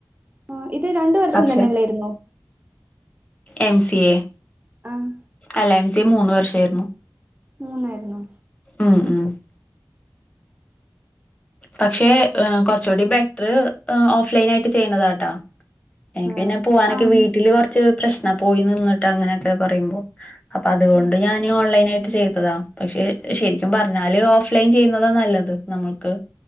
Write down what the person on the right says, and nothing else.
ആ ഇത് രണ്ട് വർഷം
തന്നെല്ലായിന്നോ
ആഹ്
മൂന്നായിരുന്നോ
ആഹ്
ആഹ്
ആഹ്